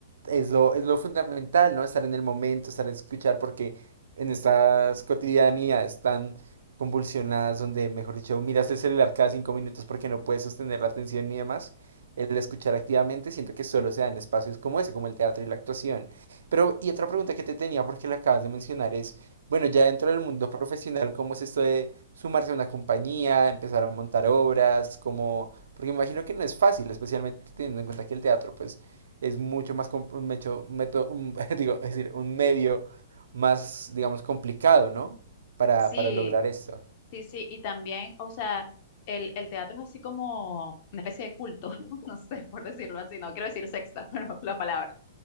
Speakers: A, on the right; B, on the left.
A: es lo, es lo fundamental, ¿no? Estar en el momento, estar a escuchar, porque en estas cotidianidades tan convulsionadas, donde, mejor dicho, miras el celular cada cinco minutos porque no puedes sostener la atención ni demás, el escuchar activamente siento que solo se da en espacios como ese, como el teatro y la actuación. Pero, y otra pregunta que te tenía, porque la acabas de mencionar, es... Bueno, ya dentro del mundo profesional, ¿cómo es esto de sumarse a una compañía, empezar a montar obras? ¿Cómo? Porque me imagino que no es fácil, especialmente teniendo en cuenta que el teatro, pues, es mucho más, com- un mecho- un meto- un- <laughs> digo, es decir, un medio más, digamos, complicado, ¿no? Para,
B: Sí,
A: para lograr esto.
B: sí, sí. Y también, o sea, el, el teatro es así como una especie de culto, <laughs> no sé por decirlo así, no quiero decir sexta, <laughs> pero la palabra